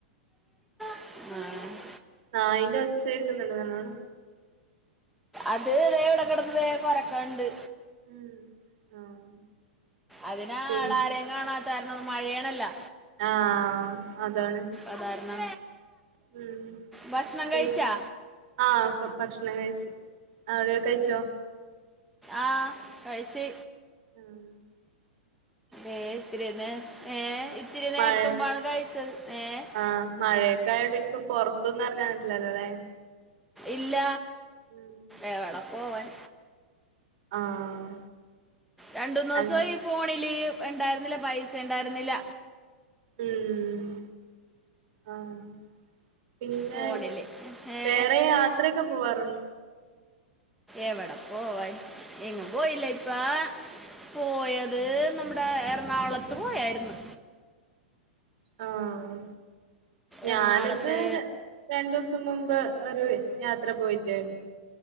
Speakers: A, in the centre; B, on the right (about 60°).
A: ആഹ്
B: ആഹ് അതിന്റെ ഒച്ച കേക്കുന്നുണ്ട് നല്ലോണം.
A: അത് ദേ ഇവിടെ കിടന്ന് കൊരക്കണുണ്ട്.
B: ഉം ആഹ്
A: അതിന്
B: പിന്നെ
A: ആൾ ആരെയും കാണാത്ത കാരണം മഴയാണല്ലോ?
B: ആഹ് അതാണ്.
A: അതാരണം
B: ഉം
A: ഭക്ഷണം
B: പിന്നെ
A: കഴിച്ചാ?
B: ആഹ് ഭക്ഷണം കഴിച്ചു അവിടെയോ കഴിച്ചോ?
A: ആഹ് കഴിച്ച്
B: ഉം
A: ഏഹ് ഇത്തിരിതന്നെ ഏഹ് ഇത്തിരി നേരത്തുമ്പാണ്
B: മഴ
A: കഴിച്ചത് ഏഷ്
B: ആഹ് മഴ ക്കായകൊണ്ട് ഇനി ഇപ്പ പുറത്തന്നും ഇറങ്ങാൻ പറ്റില്ലല്ലോ അല്ലേ?
A: ഇല്ല
B: ഉം
A: എവിടെ പോവാൻ
B: ആഹ്
A: രണ്ടൂ മൂന്ന്
B: അൽ
A: ദിവസം ഈ ഫോണില് ഉണ്ടായിരുന്നില്ല പൈസ ഉണ്ടായിരുന്നില്ല.
B: ഉം ആഹ് പിന്നെ
A: ഫോണിൽ ഏ
B: വേറെ യാത്രയൊക്കെ പോവാറുണ്ടോ?
A: എവിടെ പോവാൻ എങ്ങും പോയില്ല ഇപ്പാ പോയത് നമ്മുടെ എറണാകുളത്ത് പോയായിരുന്നു.
B: ആഹ് ഞാനത്
A: എറണാകുളത്ത്
B: രണ്ടു ദിവസം മുമ്പ് ഒരു യാത്ര പോയിട്ടായിരുന്നു